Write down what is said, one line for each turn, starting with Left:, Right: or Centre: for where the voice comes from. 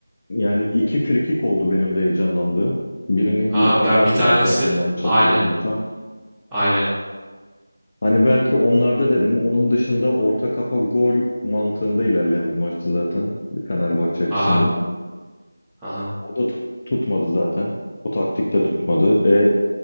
Left: Yani iki frikik oldu benim de heyecanlandığım. Birinin
Centre: Ha
Left: İrfan
Centre: ya
Left: Can
Centre: bir tanesi
Left: vurdu zaten yanlış
Centre: aynen
Left: hatırlamıyorsam.
Centre: aynen.
Left: Hani belki onlarda dedim. Onun dışında orta kafa gol mantığında ilerleyen bir maçtı zaten Fenerbahçe açısından.
Centre: Aha aha
Left: O da tut- tutmadı zaten. O taktikte tutmadı. E,